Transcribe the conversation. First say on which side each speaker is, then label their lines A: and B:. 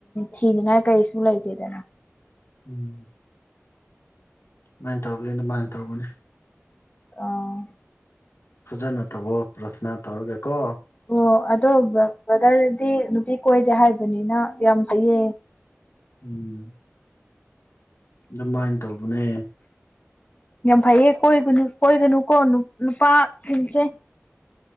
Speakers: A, on the left; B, on the left.
A: ꯊꯤꯅꯤꯡꯉꯥꯏ ꯀꯩꯁꯨ ꯂꯩꯇꯦꯗꯅ
B: ꯎꯝ ꯑꯗꯨꯃꯥꯏꯅ ꯇꯧꯕꯅꯦ ꯑꯗꯨꯃꯥꯏꯅ ꯇꯧꯕꯅꯦ
A: ꯑꯥ
B: ꯐꯖꯅ ꯇꯧꯑꯣ ꯕꯔꯁꯅꯥ ꯇꯧꯔꯒꯀꯣ
A: ꯑꯣ ꯑꯗꯣ ꯕ꯭ꯔꯗꯔꯗꯤ ꯅꯨꯄꯤ ꯀꯣꯏꯗꯦ ꯍꯥꯏꯕꯅꯤꯅ ꯌꯥꯝ ꯐꯩꯌꯦ
B: ꯎꯝ ꯑꯗꯨꯃꯥꯏꯅ ꯇꯧꯕꯅꯦ
A: ꯌꯥꯝ ꯐꯩꯌꯦ ꯀꯣꯏꯒꯨ ꯀꯣꯏꯒꯅꯨꯀꯣ ꯅꯨꯄꯥꯁꯤꯡꯁꯦ